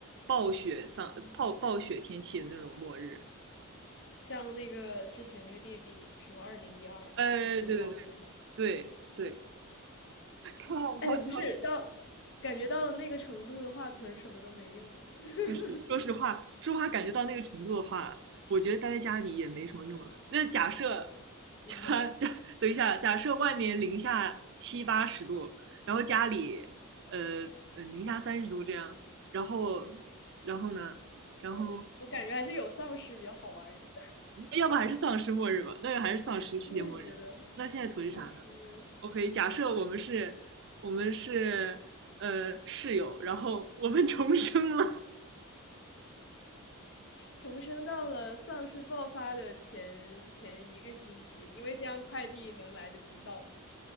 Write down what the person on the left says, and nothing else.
嗯，像那个之前那个电影什么二零一二，
很古早那个。
哎，不是，到感觉到那个程度的话，囤什么都没用了 <laughs>
真的，
嗯，我感觉还是有丧尸比较好玩儿一点。
<laughs> 我也觉得
丧尸末日
重生到了丧尸爆发的前前一个星期，因为这样快递能来得及到。